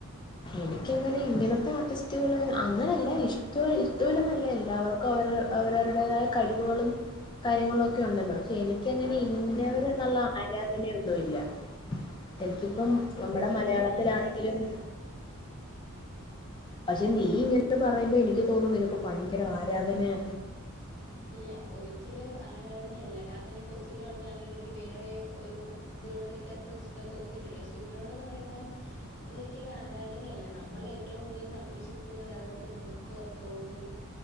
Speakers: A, on the left; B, on the left.
A: എനിക്കങ്ങനെ ഇങ്ങനത്തെ ആർട്ടിസ്റ്റുകള് അങ്ങനല്ല ഇഷ്ട്വ ഇഷ്ട്വല്ലന്നല്ല എല്ലാവർക്കും അവ അവരവരുടേതായ കഴിവുകളും കാര്യങ്ങളൊ ഉണ്ടല്ലോ പക്ഷെ എനിക്കങ്ങനെ
B: അത്
A: ഇന്നവരെ
B: തന്നെ കാ
A: എന്നുള്ള ആരാധനൊന്നുല്ല എനിക്കിപ്പം
B: ഇല്ല ഇതൊരിക്കലും
A: നമ്മുടെ മലയാളത്തിലാണെങ്കിലും
B: ആരാധന അല്ല
A: പക്ഷെ നീ ഇങ്ങനെ പറയുമ്പോ എനിക്ക് തോന്നുന്നു നിനക്ക് ഭയങ്കര ആരാധനയാ
B: ഇല്ല ഒരിക്കലും ആരാധനയല്ല കാര് അ ഞ കൊച്ചിലെ തൊട്ട് ആണെങ്കിലും എനിക്ക് വേറെ ഒരു ഇതിലോടും എനിക്ക് അത്ര ഇഷ്ടം തോന്നിയിട്ടില്ല പക്ഷെ ഇവരോട്ന്ന് പറയുമ്പം അതൊരിക്കലും ആരാധനയല്ല നമ്മള് ഏറ്റവും കൂടുതൽ സന്തോഷിപ്പിക്കുന്ന ഒരാളോട് നമുക്ക് തോന്നുന്നൊരു